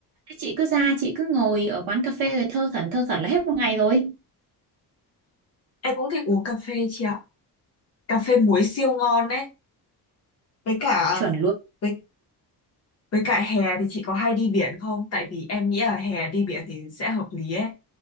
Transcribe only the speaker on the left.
Em cũng thích uống cà phê chị ạ. Cà phê muối siêu ngon đấy. Với cả
với Với cả hè thì chị có hay đi biển không? Tại vì em nghĩ là hè đi biển thì sẽ hợp lý ấy.